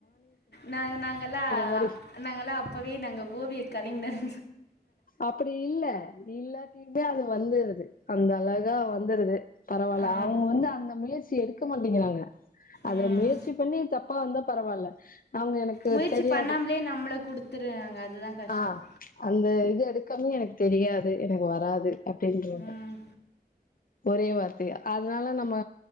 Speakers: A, on the left; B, on the left.
A: நா நாங்கலா
B: மாரி
A: நாங்கலா அப்பவே நாங்க ஓவிய கலைஞர்
B: அப்டி இல்ல இல்லாத்தியுமே அது வந்தரது அந்தழகா வ ந்துருது பரவால்ல
A: ஆ
B: அவுங்க வந்து அந்த முயற்சி எடுக்க மாட்டீங்கறாங்க அத
A: ம்
B: முயற்சி பண்ணி தப் பரவால்ல அவுங்க எனக்கு
A: முயற்சி
B: தெரியாது
A: பண்ணாமலே நம்மளை கொடுத்துருறாங்க அதுதான் கஷ்டம்
B: ஆ அந்த இது எடுக்காம எனக்கு தெரியாது எனக்கு வராது அப்டின்றவங்க
A: ம்
B: ஒரே வார் தையா அதனால நம்ம